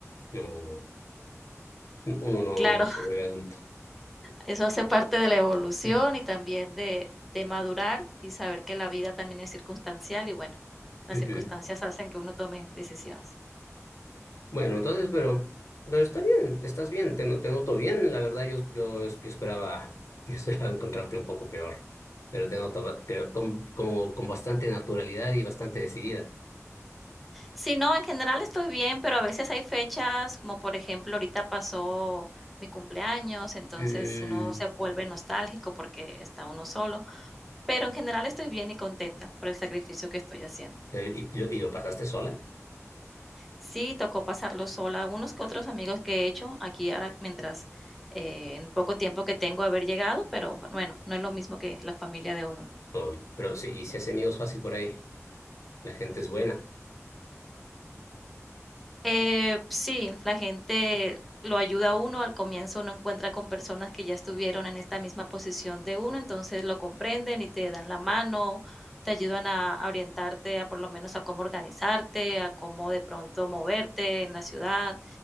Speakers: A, on the left (about 70°); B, in the centre.
A: no, no, uno no,
B: claro.
A: no se vuelve adulto.
B: Eso hace parte de la evolución
A: Mm.
B: y también de, de madurar y saber que la vida también es circunstancial y bueno, las
A: Ujú.
B: circunstancias hacen que uno tome decisiones.
A: Bueno, entonces, pero, pero está bien, estás bien, te, no- te noto bien, la verdad, yo, yo, yo esperaba, <laughs> yo esperaba encontrarte un poco peor, pero te noto ba- creo, con, como, con bastante naturalidad y bastante decidida.
B: Sí, no, en general estoy bien, pero a veces hay fechas, como por ejemplo, ahorita pasó mi cumpleaños, entonces
A: Mm.
B: uno se vuelve nostálgico porque está uno solo, pero en general estoy bien y contenta por el sacrificio que estoy haciendo.
A: Eh, ¿Y, y lo, y lo pasaste sola?
B: Sí, tocó pasarlo sola. Unos que otros amigos que he hecho aquí ahora mientras eh, en poco tiempo que tengo haber llegado, pero bueno, no es lo mismo que la familia de uno.
A: Obvio, pero sí, y se hace amigos fácil por ahí, la gente es buena.
B: Eh, sí, la gente lo ayuda a uno. Al comienzo uno encuentra con personas que ya estuvieron en esta misma posición de uno, entonces lo comprenden y te dan la mano, te ayudan a, a orientarte a por lo menos a cómo organizarte, a cómo de pronto moverte en la ciudad.